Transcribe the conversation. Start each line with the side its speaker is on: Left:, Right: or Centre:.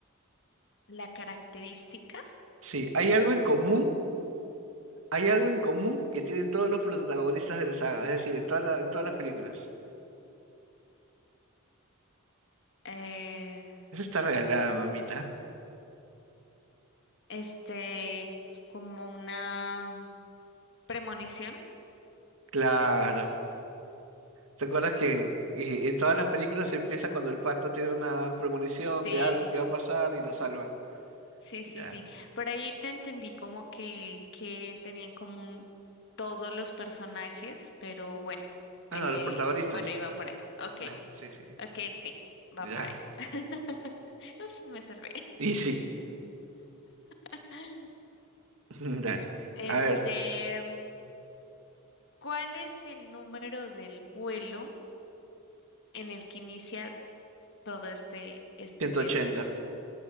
Left: La característica,
Right: Sí, hay algo en común, hay algo en común que tienen todos los protagonistas de la saga, es decir, en toda la- en todas las películas.
Left: eh,
Right: Eso está regalada, mamita.
Left: este, como una premonición.
Right: Claro. ¿Te acuerdas que eh, en todas las películas empieza cuando el pata tiene una premonición
Left: Sí,
Right: de algo que va a pasar y lo salvan?
Left: sí,
Right: Ya.
Left: sí, sí. Por ahí te entendí como que, que tenían en común todos los personajes, pero bueno,
Right: Ah,
Left: eh,
Right: no, los protagonistas.
Left: bueno, iba por ahí. Ok,
Right: Ah, sí, sí.
Left: ok, sí, va
Right: Ya.
Left: por ahí. <laughs> Uf, me salvé.
Right: Y sí.
Left: <laughs>
Right: <laughs> Dale.
Left: Este,
Right: A ver,
Left: ¿cuál es el número del vuelo en el que inicia todo este, este
Right: Ciento
Left: tema?
Right: ochenta.